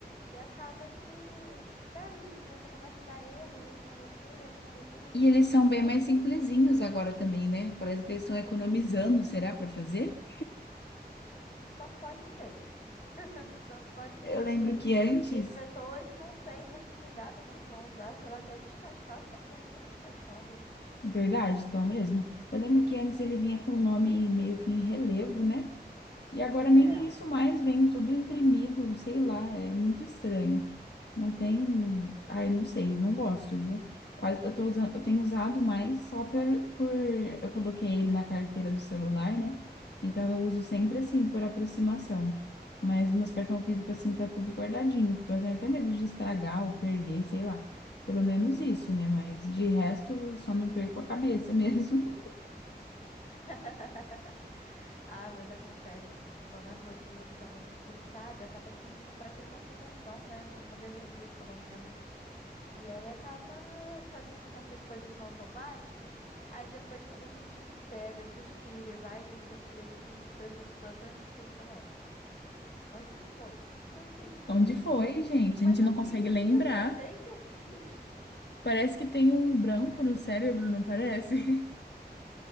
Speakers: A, on the left; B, on the left.
A: E acaba que perde, né? Então Começa a dar erro, erro na leitura, erro na leitura e a gente
B: E eles
A: tem que
B: são
A: pedir
B: bem
A: outro.
B: mais simplesinhos agora também, né? Parece que eles estão economizando, será, para fazer?
A: Só pode ser. <laughs> Só pode
B: Eu
A: ser, porque.
B: lembro que antes,
A: E as pessoas não têm muito cuidado quando vão usar, sei lá, até descascar os cartões que estão descascando.
B: verdade, então mesmo. Eu lembro que antes ele vinha com o nome meio que em relevo, né? E agora nem
A: É.
B: isso mais vem tudo imprimido, sei lá, é muito estranho. Não tem. Ai, não sei, não gosto, viu? Quase, eu tô usando, eu tenho usado mais só por, por. Eu coloquei ele na carteira do celular, né? Então eu uso
A: Uhum.
B: sempre assim, por aproximação. Mas meus cartão físico, assim, tá tudo guardadinho, porque eu tenho até medo de estragar ou perder, sei lá. Pelo menos isso, né? Mas de resto, só não perco a cabeça mesmo.
A: <laughs> Ah, mas acontece, porque quando a rotina fica muito puxada, acaba que a gente não presta tanta atenção, né? Como deveria, pelo menos. E aí acaba fazendo certas coisas no automático. Aí depois, quando a gente pega, suspira e vai refletir sobre essa situação, a gente fica, ué, onde foi? O que que eu fiz?
B: <laughs>
A: Como
B: Onde
A: assim?
B: foi,
A: Aí,
B: gente?
A: mas
B: A gente
A: eu
B: não
A: fiz
B: consegue lembrar.
A: isso, eu sei que eu fiz.
B: Parece que tem um branco
A: Pra você
B: no cérebro,
A: ver.
B: não parece? <laughs>